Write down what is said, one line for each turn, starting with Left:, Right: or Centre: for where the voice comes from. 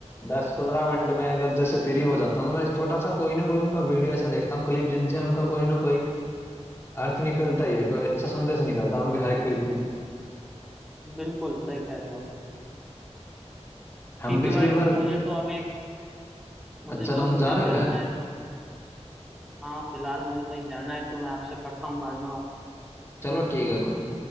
Left: दस पंद्रह मिनट में अगर जैसे फ्री हो जाता हूँ तो मैं छोटा सा कोई ना कोई उनका वीडियो ऐसा देखता हूँ क्लिप जिनसे उनका कोई ना कोई अर्थ निकलता ही है कोई अच्छा संदेश निकलता है उनके हर क्लिप में
Centre: हैं। बिल्कुल सही कह रहे हो आप
Left: हम
Centre: ठीक
Left: पिछली
Centre: है भाई
Left: बार
Centre: मुझे तो अभी मुझे
Left: अच्छा
Centre: तो
Left: तुम
Centre: अभी
Left: जा
Centre: कहीं
Left: रहे
Centre: जाना
Left: हो क्या
Centre: है तो हाँ फिलहाल मुझे कहीं जाना है तो मैं आपसे करता हूँ बाद में बात
Left: चलो ठीक है कोई नहीं